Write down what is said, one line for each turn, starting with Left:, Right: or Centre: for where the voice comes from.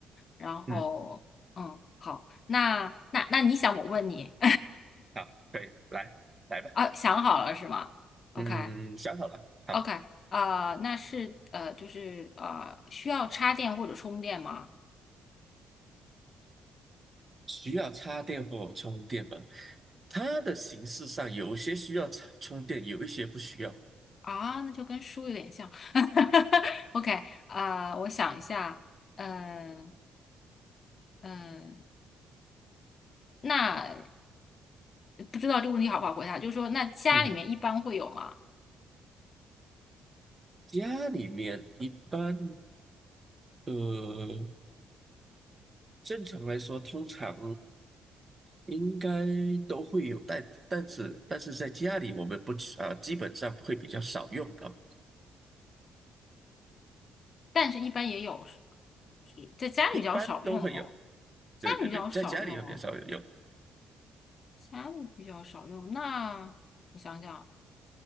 Left: 然后，
Right: 嗯，
Left: 嗯，好，那那那你想我问你
Right: 好，可以，来来吧。
Left: <laughs> 啊，想好了是吗？OK。
Right: 嗯，想好了，好，
Left: OK，啊、那是呃，就是呃，需要插电或者充电吗？
Right: 需要插电或充电吗？它的形式上有些需要插充电，有一些不需要。
Left: 啊，那就跟书有点像。<laughs> OK，啊、我想一下，嗯、嗯、那不知道这个问题好不好回答，就是说，那家里面一般会有吗？
Right: 嗯哼。家里面一般，呃，正常来说，通常应该都会有，但但是但是在家里我们不吃啊、基本上会比较少用到，
Left: 但是一般也有，是是在家里比较少用哦，
Right: 一般都会有。
Left: 家里比较少用哦，
Right: 对对对，在家里会比较少有用。
Left: 家里比较少用。那我想想啊，